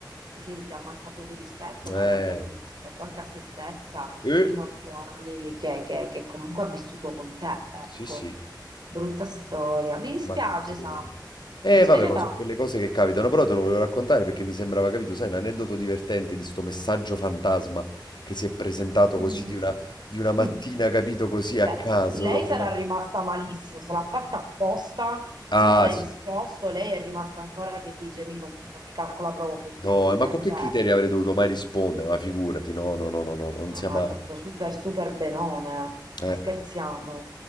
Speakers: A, on the right (about 65°); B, on the left (about 70°).
A: Sì, sì, ti ha mancato di rispetto,
B: Eh,
A: ma ha mancato di rispetto anche a se stessa
B: eh,
A: in otto anni che, che- che comunque ha vissuto con te, ecco.
B: sì, sì,
A: Brutta storia. Mi dispiace,
B: ma che ti devo
A: Samu.
B: dire? Eh,
A: Mi dispiace
B: vabbè, Sì. ma
A: tanto.
B: sono quelle cose che capitano, però te lo volevo raccontare perché mi sembrava, capito, sai, un aneddoto divertente di sto messaggio fantasma che si è presentato
A: Mm.
B: così di una, di una mattina,
A: Mm.
B: capito, così
A: Beh,
B: a caso,
A: lei
B: dopo
A: sarà
B: una...
A: rimasta malissimo, se l'ha fatta apposta,
B: Ah,
A: tu non hai
B: sì.
A: risposto, lei è rimasta ancora che dice, mi non, non mi calcola proprio più.
B: No, eh, ma
A: E
B: con
A: beh.
B: che criteri avrei dovuto mai rispondere? Ma figurati, no, no, no, no, no, non
A: No,
B: sia
A: no,
B: mai.
A: hai fatto super, super benone, eh.
B: Eh.
A: ma scherziamo.